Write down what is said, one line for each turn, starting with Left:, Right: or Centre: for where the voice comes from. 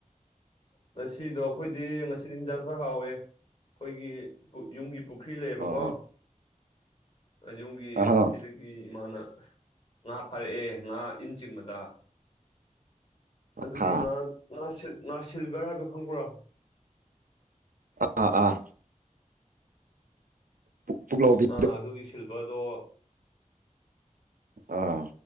Left: ꯉꯁꯤꯗꯣ ꯑꯩꯈꯣꯏꯗꯤ ꯉꯁꯤꯗꯤ ꯍꯤꯟꯖꯥꯡ ꯈꯔ ꯍꯥꯎꯋꯦ ꯑꯩꯈꯣꯏꯒꯤ ꯄꯨ ꯌꯨꯝꯒꯤ ꯄꯨꯈ꯭ꯔꯤ ꯂꯩꯌꯦꯕꯀꯣ
Right: ꯑꯣ
Left: ꯌꯨꯝꯒꯤ
Right: ꯑꯍꯥ
Left: ꯄꯨꯈ꯭ꯔꯤꯗ ꯒꯤ ꯏꯃꯥꯅ ꯉꯥ ꯐꯥꯔꯛꯑꯦ ꯉꯥ ꯏꯟ ꯆꯤꯡꯕꯗ ꯑꯗꯨꯒꯤ
Right: ꯑꯍꯥ
Left: ꯉꯥ ꯉꯥ ꯁꯤꯜ ꯉꯥ ꯁꯤꯜꯚꯔ ꯍꯥꯏꯕꯗꯣ ꯈꯪꯕ꯭ꯔꯣ
Right: ꯑꯥꯥ ꯑꯥ ꯄꯨꯛ ꯄꯨꯛꯂꯣꯎꯕꯤ
Left: ꯑ ꯑꯗꯨꯒꯤ ꯁꯤꯜꯕꯔꯗꯣ
Right: ꯑꯥ